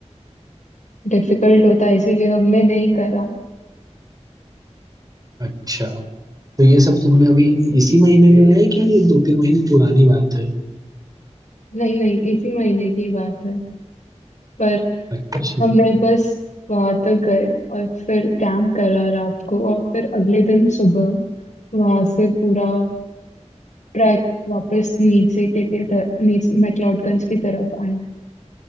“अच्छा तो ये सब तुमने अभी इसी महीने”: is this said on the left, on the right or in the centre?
Right